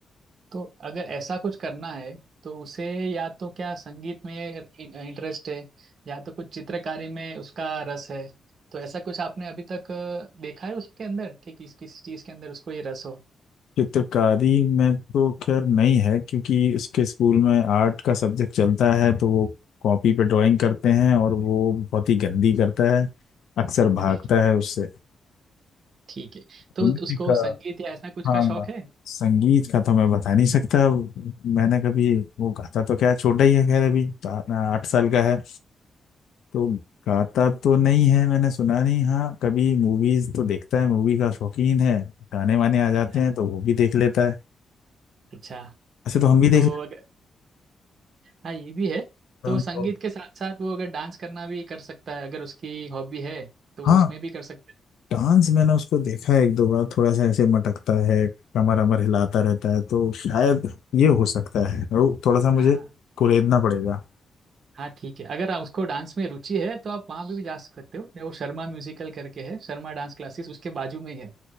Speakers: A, on the right (about 50°); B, on the left (about 85°).
A: तो अगर ऐसा कुछ करना है तो उसे या तो क्या संगीत में इंटरेस्ट है या तो कुछ चित्रकारी में उसका रस है तो ऐसा कुछ आपने अभी तक अ, देखा है उसके अंदर कि किस किस चीज के अंदर उसको ये रस
B: चित्रकारी में तो खैर नहीं है क्योंकि उसके स्कूल में आर्ट का सब्जेक्ट चलता है तो वो कॉपी पे ड्राइंग करते हैं और वो बहुत ही गंदी करता है अक्सर
A: हो
B: भागता है उससे
A: ठीक है तो
B: उनका
A: उसको संगीत या ऐसा कुछ
B: हाँ
A: का शौक है
B: संगीत का तो मैं बता नहीं सकता मैंने कभी वो गाता तो क्या छोटा ही है खैर अभी तो आ- आठ साल का है तो गाता तो नहीं है मैंने सुना नहीं हाँ कभी मूवीज तो देखता है मूवी का शौकीन है गाने वाने आ जाते
A: अच्छा
B: हैं तो वो भी देख लेता है
A: अच्छा
B: ऐसे तो हम भी देख
A: तो
B: लेते
A: अगर हाँ ये भी है तो
B: हैं हम
A: संगीत
B: तो
A: के साथ साथ वो अगर डांस करना भी कर सकता है अगर उसकी हॉबी है तो
B: हाँ
A: वो उसमें भी कर सकता है
B: डांस मैंने उसको देखा है एक दो बार थोड़ा सा ऐसे मटकता है कमर अमर हिलाता रहता है तो शायद ये हो सकता है वो थोड़ा सा
A: हाँ
B: मुझे कुरेदना पड़ेगा
A: हाँ ठीक है अगर आप- उसको डांस में रुचि है तो आप वहाँ पे भी जा सकते हो वो शर्मा म्यूजिकल करके है शर्मा डांस क्लासेस उसके बाजू में ही है